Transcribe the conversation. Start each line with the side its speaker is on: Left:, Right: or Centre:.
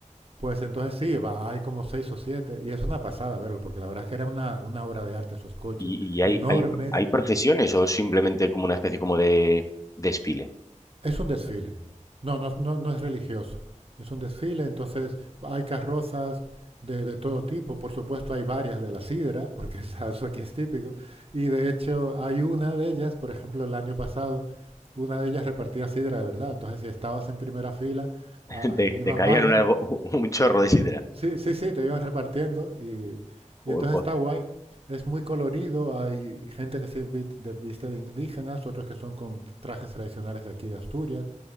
Right: pues entonces sí, va- hay como seis o siete, y es una pasada verlo, porque la verdad es que era una, una obra de arte esos coches,
Left: ¿Y, y hay,
Right: enormes.
Left: hay, hay procesiones o es simplemente como una especie como de desfile?
Right: Es un desfile. No, no, es- no, no es religioso. Es un desfile, entonces hay carrozas de, de todo tipo. Por supuesto, hay varias de la sidra, porque <laughs> es- eso aquí es típico. Y de hecho, hay una de ellas, por ejemplo, el año pasado, una de ellas repartía sidra de verdad. Entonces, si estabas en primera fila,
Left: <laughs>
Right: ah,
Left: Te,
Right: ah, iban
Left: te caían
Right: varios,
Left: un, algo un chorro de sidra.
Right: Sí, sí, sí, te iban repartiendo y,
Left: Joder,
Right: y entonces
Left: pues,
Right: está guay. Es muy colorido, hay gente que se vi- de- viste de indígenas, otros que son con trajes tradicionales de aquí de Asturias.